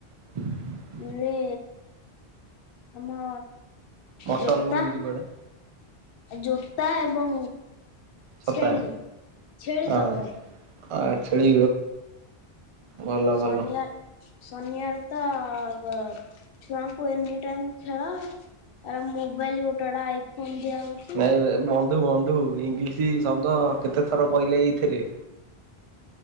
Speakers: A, on the right; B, on the left.
A: <unintelligible> <inaudible>
B: ମିଳେ ଆମ
A: ମଟନ
B: ଜୋତା।
A: ମିଳୁଛି କୁଆଡେ
B: ଜୋତା ଏବଂ
A: ଛତା
B: ଛେଳି ଛେଳି
A: ହ
B: ତରକାରୀ
A: ଆ ଛେଳି ଭଲ
B: ସନିଆର
A: ଭଲ
B: ଶନିବାର ତ ଛୁଆଙ୍କୁ ଏନି ଟାଇମ ଖେଳ। ତାର ମୋବାଇଲ ଗୋଟେ ଗୋଟେ ଆଇଫୋନ ଦିଆ ହଉଛି।
A: ନ ବନ୍ଧୁ ବନ୍ଧୁ ଇଂଲିଶ ଶବ୍ଦ କେତେ ଥର କହିଲେ ଏଇଥିରେ?